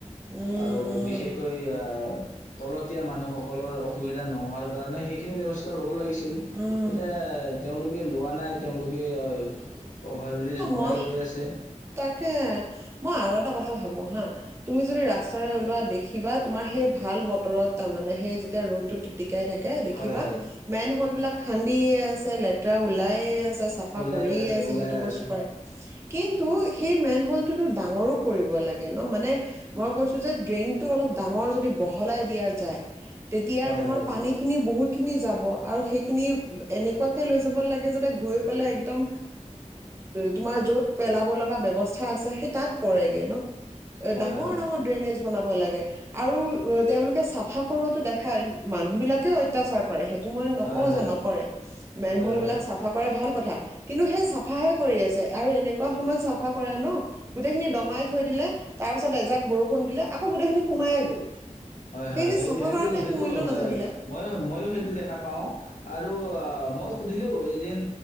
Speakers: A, on the right (about 20°); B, on the left (about 80°).
A: উম,
B: আৰু
A: উম,
B: বিশেষকৈ তলতিযা মানুসকলৰ অসুবিধা নহ কাৰণে সেইখিনি ব্যৱস্থাৰ ল লাগি
A: উম।
B: এতিয়া তেওঁলোক লোৱা নাই তেওঁলোকে অ অভাৰ ব্ৰীজ
A: অ',
B: বনাই
A: মই
B: গৈ আছে
A: তাকে মই আৰু এটা কথা ভাবো হা তুমি যদি ৰাস্তাৰে ওলোৱা দেখিবা তোমাৰ সেই ভাল বতৰত তাৰ মানে সেই যেতিয়া ৰ'দ টো টিকটিকাই থাকে এ দেখিবা
B: হয় হয়
A: মেন হল বিলাক দি আছে লেতেৰা ওলায়েই আ চাফা
B: ওলাই
A: কৰি আছে
B: ওলাই
A: সেইটো বস্তু
B: আছে
A: কৰে কিন তু সেই মেন হলটোতো ডাঙৰো কৰিব লাগে ন মানে মই কৈছো যে ড্ৰেইনটো অলপ ডাঙৰ যদি বহলাই দিয়া যায় তেতিয়া
B: হয়
A: তোমাৰ
B: হয়
A: পানীখিনি বহুত কেনি যাব আৰু সেইখিনি এনেকুৱাকে লৈ যাব লাগে যাতে গৈ পেলাই একদম তোমাৰ য'ত পেলাব লগা ব্যৱস্থা আছে সেই তাত পৰেগে ন
B: হয়
A: ডাঙৰ
B: হয়
A: ডাঙৰ ড্ৰেনেজ বনাব লাগে আৰু তেওঁলোকে চাফা কৰোৱটো দেখায় মানুহ বিলাকেও অত্যাচাৰ কৰে সে তো মই নকওঁ
B: হয় হয়
A: যে নকৰে মেইন
B: হয়
A: ভল
B: হয়
A: বিলাক চাফা কৰে ভাল কথা কিন্তু সেই চাফাহে কৰি আছে আৰু এনে এনেকুৱা সময়ত চাফা কৰে ন গোটেইখিনি দমাই থৈ দিলে তাৰ পিছত এজাক বৰষুণ দিলে আকৌ গোটেইখিনি সোমাই গ'ল
B: হয়
A: সেইখিনি
B: হয় সেই
A: চাফা
B: সেইটো
A: কৰাটো একো
B: সেইটো
A: মূল্য
B: হয়
A: নাথাকিলে।
B: মইয়ো মইয়ো সেইটো দেখা পাও আৰু আ মই সুধিলোঁ এদিন